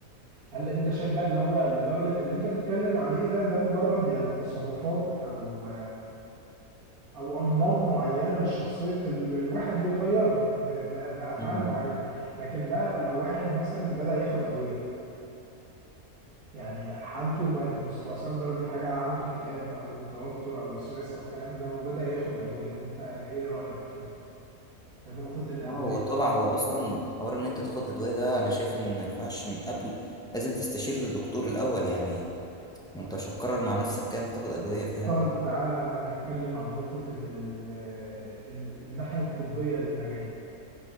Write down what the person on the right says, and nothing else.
هل انت شايف بقى اللي هو لدرجة اللي انت بتتكلم عليه ده ده مجرد يعني تصرفات او او انماط معينة لشخصية ال- الواحد بيغيرها ب- ب- بافعال
معينة لكن بقى لو واحد مثلا بدأ ياخد ادوية يعني حالته بقت مستعصية لدرجة حاجة عنده اكتئاب أو توتر أو وسواس أو الكلام ده وبدأ ياخد أدوية أنت إيه رأيك في ال- في نقطة الأدوية
دي؟
طيب تعالى نتكلم عن نقطة ال ال ال الناحية الطبية للمجال